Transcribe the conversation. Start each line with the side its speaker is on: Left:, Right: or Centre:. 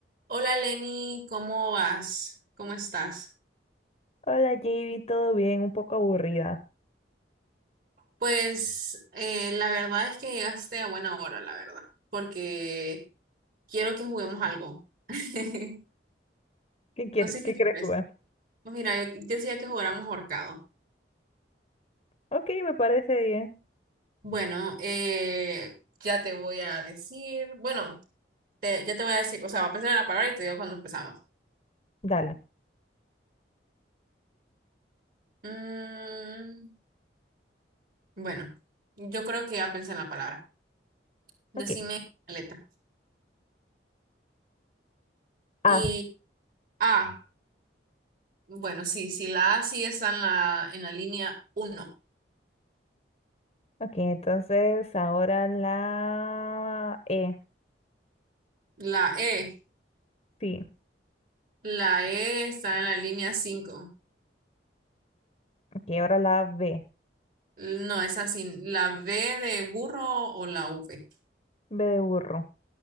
Right: Hola Lenny, ¿cómo vas? ¿Cómo estás?
Left: Hola, Javi, ¿todo bien? Un poco aburrida.
Right: Pues eh, la verdad es que llegaste a buena hora, la verdad, porque quiero que juguemos algo. <laughs>
Left: ¿Qué quiere,
Right: No sé si
Left: qué
Right: te
Left: quieres
Right: parece.
Left: jugar?
Right: Pues mira, yo decía que jugáramos ahorcado.
Left: Ok, me parece bien.
Right: Bueno, eh, ya te voy a decir, bueno, te- ya te voy a decir, o sea, va a pensar en la palabra y te digo cuando empezamos.
Left: Dale.
Right: Mm, bueno, yo creo que ya pensé en la palabra. Decime
Left: Ok.
Right: la letra.
Left: Ah,
Right: Y A. Bueno, sí, sí, la A sí está en la, en la línea uno
Left: ok, entonces ahora la E.
Right: La E,
Left: Sí,
Right: la E está en la línea cinco
Left: ok, ahora la B.
Right: No, es así. La B de burro o la V.
Left: B de burro.